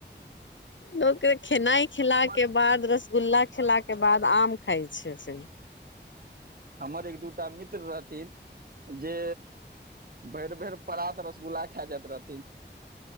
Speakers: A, on the left; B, on the right.
A: लोक खेनाइ खेला
B: हमर
A: के बाद रसगुल्ला खेला के बाद आम खााय छै सही
B: हमर एक दूटा मित्र रहथिन जे भैर भैर पात रसगुल्ला खा जाइत रहथिन